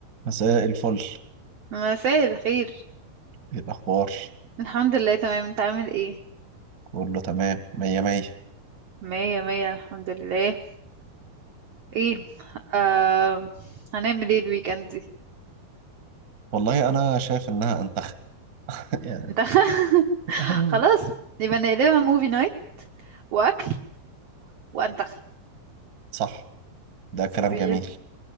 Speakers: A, on the right; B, on the right.
A: مساء الفل
B: مساء الخير
A: ايه الاخبار
B: الحمد لله تمام انت عامل ايه
A: كله تمام مية مية
B: مية مية الحمد لله ايه آه... هنعمل ايه الويكند دي
A: والله انا شايف انها انتخ <laughs> يعني
B: انت <laughs>
A: <laughs>
B: خلاص يبقى نقلبها موفي نايت واكل وانتخ
A: صح ده كلام
B: دي
A: جميل